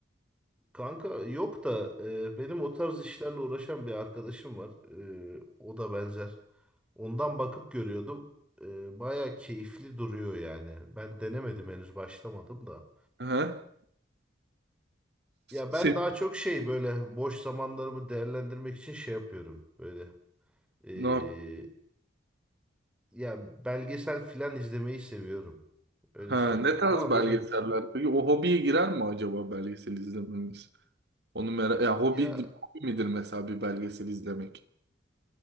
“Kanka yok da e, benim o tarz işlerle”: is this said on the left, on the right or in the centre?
Centre